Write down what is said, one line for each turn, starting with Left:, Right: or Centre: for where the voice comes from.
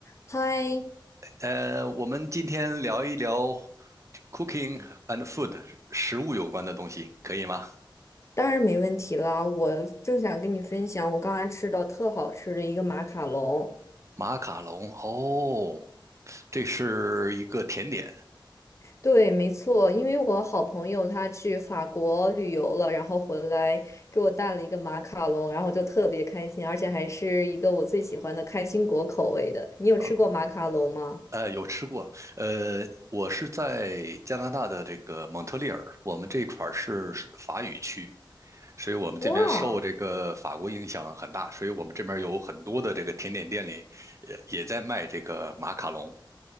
Left: 嗨，
Right: 呃，我们今天聊一聊 cooking and food 食物有关的东西，可以吗？
Left: 当然没问题啦！我正想跟你分享我刚才吃到特好吃的一个马卡龙。
Right: 马卡龙，哦，这是一个甜点
Left: 对，没错，因为我好朋友他去法国旅游了，然后回来给我带了一个马卡龙，然后我就特别开心，而且还是一个我最喜欢的开心果口味的。你有吃过马卡龙吗？
Right: 啊，呃，有吃过。呃，我是在加拿大的这个蒙特利尔，我们这块儿是法语区，所以我们这边受这个法国影响很大，
Left: 哇
Right: 所以我们这边有很多的这个甜点店里，也也在卖这个马卡龙。